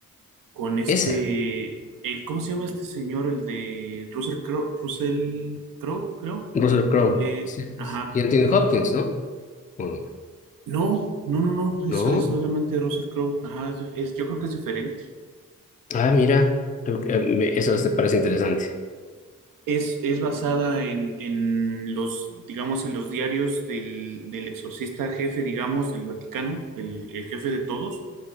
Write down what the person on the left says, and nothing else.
Esa,
Russell Crowe.
Sí, pues.
Y Anthony Hopkins, ¿no? ¿O no?
¿No?
Ah, mira, eh, me- eso te parece interesante.